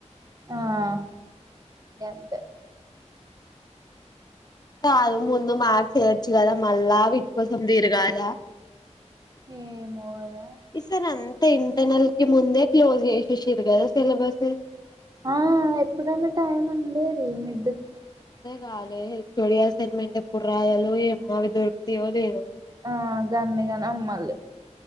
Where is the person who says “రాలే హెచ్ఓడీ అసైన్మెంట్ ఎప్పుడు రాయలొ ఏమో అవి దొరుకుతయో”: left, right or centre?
Left